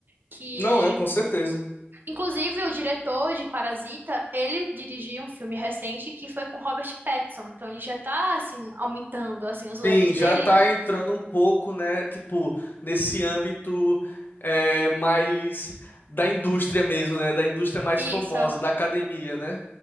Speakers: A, on the right (about 55°); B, on the left (about 55°).
A: Que
B: Não é, com certeza.
A: Inclusive, o diretor de Parasita, ele dirigiu um filme recente que foi com Robert Pattinson. Então, ele já tá, assim, aumentando, assim, os leques
B: Sim,
A: dele.
B: já tá entrando um pouco, né? Tipo, nesse âmbito é, mais da indústria mesmo, né? Da indústria mais
A: Isso,
B: famosa, da academia, né?